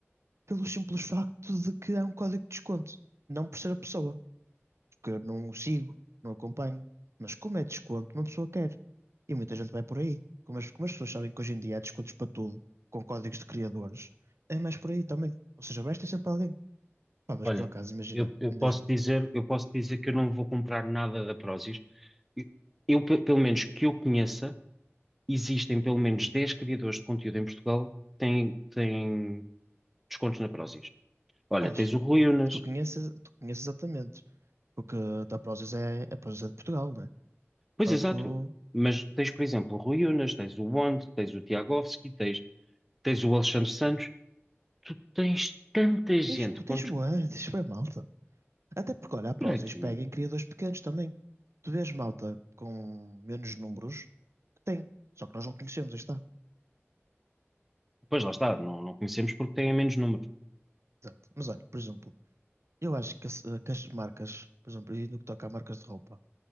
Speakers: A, on the right; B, in the centre.
A: pelo simples facto de que há um código de desconto, não por ser a pessoa, porque eu não o sigo, não acompanho, mas como é desconto, uma pessoa quer. E muita gente vai por aí. Como as, como as pessoas sabem que hoje em dia há descontos para tudo, com códigos de criadores, é mais por aí também. Ou seja, vais ter sempre alguém. Pá, mas
B: olha,
A: por acaso, imagina,
B: eu, eu
A: diz-me,
B: posso dizer, eu posso dizer que eu não vou comprar nada da Prozis. Eu, eu, pe- pelo menos que eu conheça, existem pelo menos 10 criadores de conteúdo em Portugal que têm, têm descontos na Prozis. Olha,
A: quais?
B: tens o Rui Unas,
A: que tu conheces, tu conheces exatamente. Porque a da Prozis é, a Prozis é de Portugal, né?
B: Pois,
A: Portanto,
B: exato. Mas tens, por exemplo, o Rui Unas, tens o Wand, tens o Tiagovski, tens, tens o Alexandre Santos. Tu tens tanta gente
A: tens, tens
B: quantos
A: boa, <laughs> tens boa malta. Até porque, olha, a Prozis
B: por aqui.
A: pega em criadores pequenos também. Tu vês malta com menos números que tem. Só que nós não conhecemos, aí está.
B: Pois lá está, não, não conhecemos porque têm menos números.
A: Exato. Mas olha, por exemplo, eu acho que, as- que as marcas, por exemplo, e no que toca a marcas de roupa,